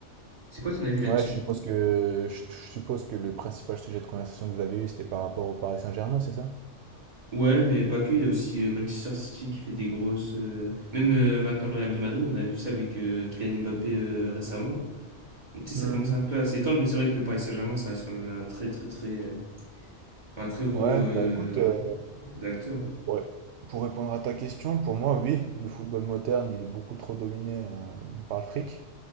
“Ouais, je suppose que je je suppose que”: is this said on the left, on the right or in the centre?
Right